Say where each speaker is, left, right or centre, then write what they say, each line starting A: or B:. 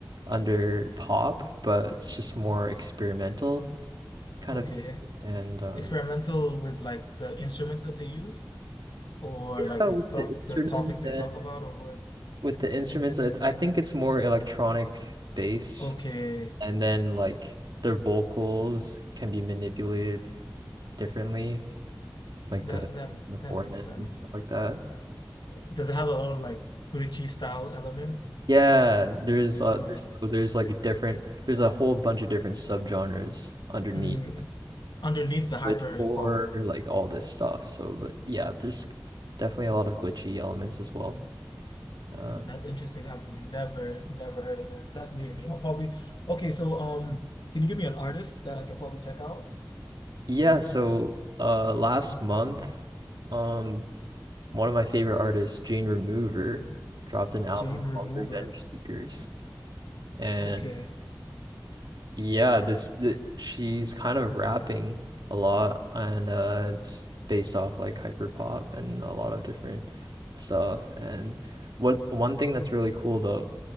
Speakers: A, on the right (about 75°); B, on the left (about 75°).
A: under pop, but it's just more experimental kind
B: Okay.
A: of music. And um,
B: Experimental with like the instruments that they use or
A: yeah,
B: like the
A: with
B: sub
A: the instruments
B: the topics they
A: and
B: talk about or what?
A: with the instruments, it's, I think it's more electronic based,
B: Okay.
A: and then like their vocals can be manipulated differently, like
B: That
A: the
B: that
A: the format
B: that makes sense.
A: and stuff like that.
B: Does it have a lot of like glitchy style elements?
A: Yeah, there's uh
B: Yeah.
A: there's, so there's like different there's a whole bunch of different subgenres underneath
B: Mm, underneath the hyper
A: like glitch horror,
B: pop.
A: like all this stuff. So the- yeah, there's definitely a lot of glitchy elements as well. Uh
B: Mhm, that's interesting. I've never never heard of this. That's new to me. I'll probably okay, so um can you give me an artist that I can probably check out?
A: yeah, so uh last month um one of my favorite artists, Jane Remover, dropped an album
B: Jane Remover.
A: called Revenge Seekers. And
B: Okay.
A: Yeah, this th she's kind of rapping a lot and uh it's based off like hyper pop and a lot of different stuff. And what one thing that's really cool about